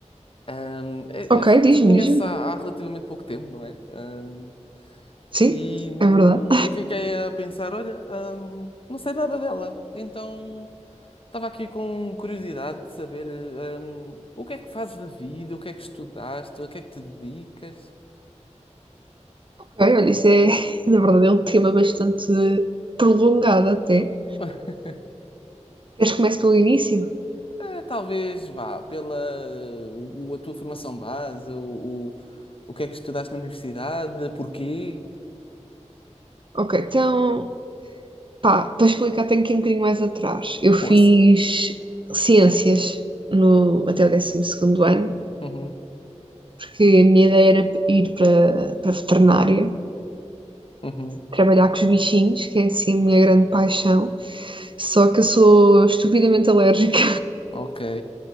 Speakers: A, on the left; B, on the right.
A: Hum,
B: Ok,
A: a, a gente
B: diz-me,
A: conhece
B: diz-me.
A: há, há relativamente pouco tempo, não é? Hum,
B: Sim,
A: e, hum,
B: é verdade.
A: e fiquei a pensar, olha, hum, não sei nada dela, então. Estava aqui com curiosidade de saber, eh, hum, o que é que fazes da vida, o que é que estudaste, a que é que te dedicas?
B: Ok, olha, isso é, <laughs> na verdade, é um tema bastante prolongado até.
A: <laughs>
B: Queres que comece pelo início?
A: Eh, talvez vá pela o- a tua formação base, o, o, o que é que estudaste na universidade, porquê?
B: Ok, então. Pá, para explicar, tenho que ir um bocadinho mais atrás. Eu fiz
A: Força.
B: ciências no, até o décimo segundo ano,
A: Uhum,
B: porque a minha ideia era ir para, para veterinária,
A: uhum,
B: trabalhar com os bichinhos, que é assim a minha grande paixão. Só que eu sou estupidamente alérgica
A: ok.